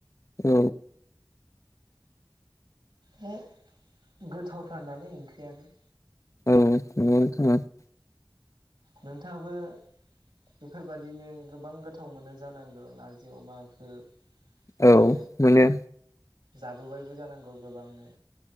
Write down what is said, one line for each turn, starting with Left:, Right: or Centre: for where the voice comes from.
Left: औ
Right: हो गोथावथार नालाय ओंख्रियाबो
Left: औ
Right: नोंथाङाबो बेफोरबादिनो गोबां गोथाव मोनो जानांगौ नारजि अमाखो आरो
Left: औ मोनो
Right: जाबोबायबो जानांगौ गोबांनो